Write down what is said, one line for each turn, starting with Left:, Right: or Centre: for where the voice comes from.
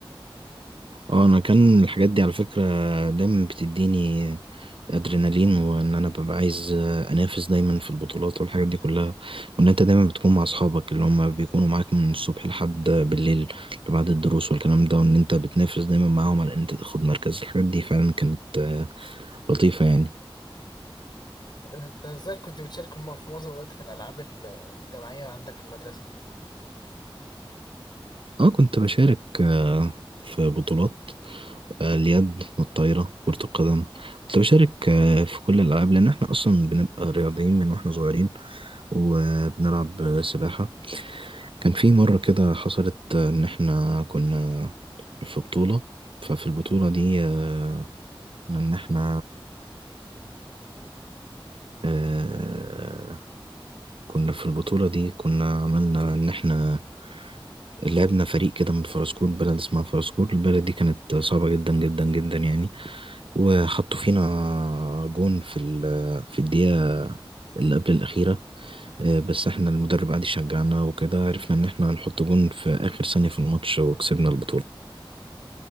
Right: اه انا كان الحاجات دي على فكرة دايما بتديني ادرينالين وان انا ببقى عايز انافس دايما في البطولات والحاجات دي كلها وان انت دايما بتكون مع اصحابك اللي هم بيكونوا معاك من الصبح لحد بالليل بعد الدروس والكلام ده وان انت بتنافس دايما معاهم على ان انت تاخد مركز الحاجات دي فعلا كانت آه، لطيفة يعني
Left: انت ازاي كنت بتشارك مع- في معظم الوقت في الألعاب ال- الجماعية عندك في المدرسة؟
Right: اه كنت بشارك آه، في بطولات آه، اليد والطايرة كرة القدم كنت بشارك آه، في كل الألعاب لأن احنا أصلا بنبقى رياضيين من واحنا صغيرين وبنلعب آه، سباحة كان في مرة كده حصلت آه، إن احنا كنا في بطولة ففي البطولة دي آه، إن احنا آه، كنا في البطولة دي كنا عملنا إن احنا لعبنا فريق كده من فرسكور بلد اسمها فرسكور البلد دي كانت صعبة جدا جدا جدا يعني وحطوا فينا جون في ال- في الدقيقة اللي قبل الأخيرة آه، بس احنا المدرب قعد يشجعنا وكده عرفنا ان احنا هنحط جون في آخر ثانية في الماتش وكسبنا البطولة